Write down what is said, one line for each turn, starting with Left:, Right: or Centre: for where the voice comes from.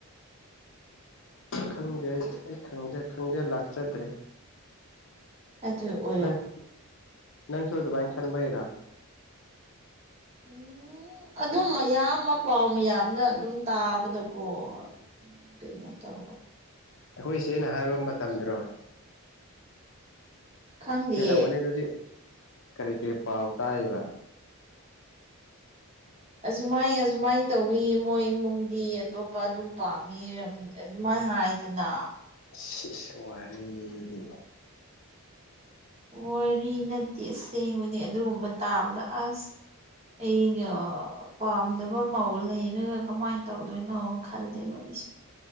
Left: ꯈꯪꯗꯦ ꯑꯩ ꯑꯩ ꯈꯪꯖ ꯂꯥꯛꯆꯗ꯭ꯔꯦ
Right: ꯑꯗꯨ ꯑꯣꯏ
Left: ꯅꯪ ꯅꯪꯁꯨ ꯑꯗꯨꯃꯥꯏ ꯈꯟꯕꯩꯔꯣ
Right: ꯎꯝ ꯑꯗꯨꯝ ꯃꯌꯥꯝꯃ ꯄꯥꯃꯤ ꯃꯌꯥꯝꯗ ꯑꯗꯨꯝ ꯇꯥꯕꯗꯀꯣ ꯎꯝ ꯀꯩꯅꯣ ꯇꯧꯕ
Left: ꯑꯩꯈꯣꯏ ꯏꯆꯦꯅꯥ ꯍꯥꯏꯕ ꯃꯇꯝꯗꯔꯣ
Right: ꯈꯪꯗꯦ
Left: ꯍꯦꯜꯂꯝꯃꯅꯤ ꯑꯗꯨꯗꯤ ꯀꯔꯤ ꯀꯔꯤ ꯄꯥꯎ ꯇꯥꯏꯕ
Right: ꯑꯁꯨꯃꯥꯏ ꯑꯁꯨꯃꯥꯏ ꯇꯧꯋꯤ ꯃꯣꯏ ꯏꯃꯨꯡꯗꯤ ꯑꯇꯣꯞꯄ ꯑꯗꯨꯝ ꯄꯥꯝꯃꯤ ꯏꯔꯝ ꯑꯗꯨꯃꯥꯏꯅ ꯍꯥꯏꯗꯅ
Left: ꯏꯁ ꯏꯁ ꯋꯥꯔꯤꯗꯤ
Right: ꯋꯥꯔꯤ ꯅꯠꯇꯦ ꯑꯁꯦꯡꯕꯅꯤ ꯑꯗꯨꯒꯨꯝꯕ ꯇꯥꯕꯗ ꯑꯁ ꯑꯩꯒ ꯄꯥꯝꯗꯕ ꯃꯑꯣꯡ ꯂꯩꯔꯒ ꯀꯃꯥꯏꯅ ꯇꯧꯗꯣꯏꯅꯣ ꯈꯜꯂꯦꯕ ꯑꯩꯁꯨ